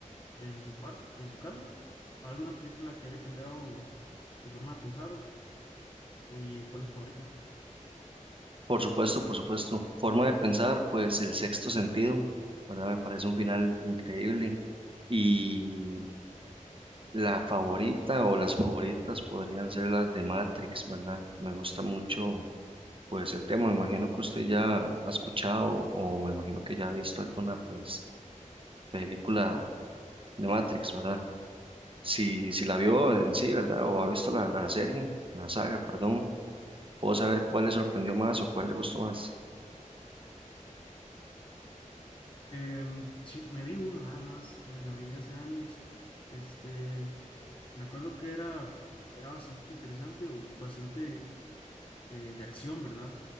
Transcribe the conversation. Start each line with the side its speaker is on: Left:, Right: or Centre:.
Left: En su parte, en su caso, ¿alguna película que haya cambiado su forma de pensar o, o y cuál es su favorita?
Right: Por supuesto, por supuesto. Forma de pensar, pues El Sexto Sentido, ¿verdad? Me parece un final increíble. Y la favorita o las favoritas podrían ser las de Matrix, ¿verdad? Me gusta mucho Pues el tema, me imagino que usted ya ha escuchado o me imagino que ya ha visto alguna pues película de Matrix, ¿verdad? Si, si la vio en sí, ¿verdad? O ha visto la, la serie, la saga, perdón, puedo saber cuál le sorprendió más o cuál le gustó más.
Left: Em, sí, me vi una nada más, me la vi hace años, este, me acuerdo que era, era bastante interesante o bastante eh, de acción, ¿verdad?